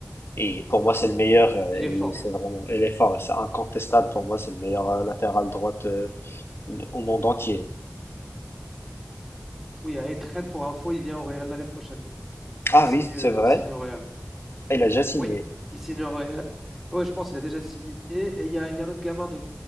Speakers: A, on the left; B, in the centre.
A: et pour moi c'est le meilleur euh,
B: Il est
A: et
B: fort.
A: c'est vraiment il est fort, c'est incontestable pour moi c'est le meilleur euh, latéral droite euh, au monde entier.
B: Oui, et Trent pour info, il vient au Real l'année prochaine.
A: Ah
B: Il signe,
A: oui,
B: euh,
A: c'est vrai.
B: il signe au Real.
A: Ah, Il a déjà signé.
B: Oui, il signe au Real. Ouais, je pense qu'il a déjà signé. Et il y a, il y a un autre gamin de